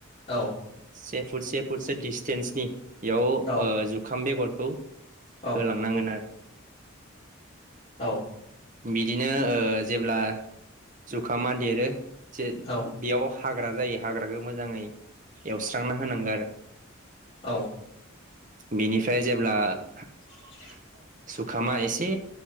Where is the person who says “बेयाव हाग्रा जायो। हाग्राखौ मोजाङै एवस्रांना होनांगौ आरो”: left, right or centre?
Right